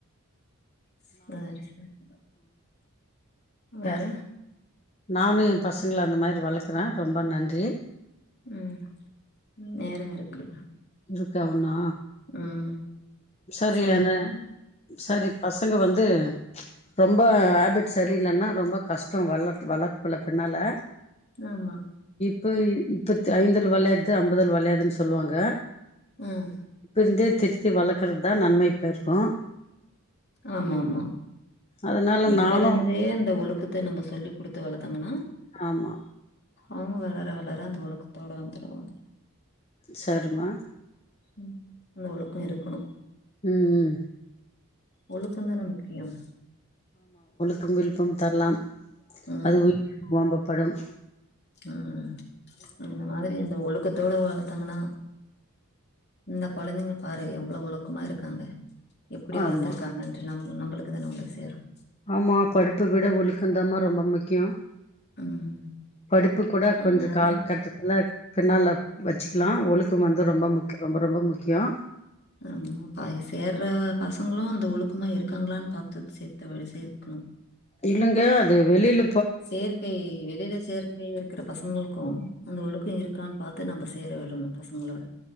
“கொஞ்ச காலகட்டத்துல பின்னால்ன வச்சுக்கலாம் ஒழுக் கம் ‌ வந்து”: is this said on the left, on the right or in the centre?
Left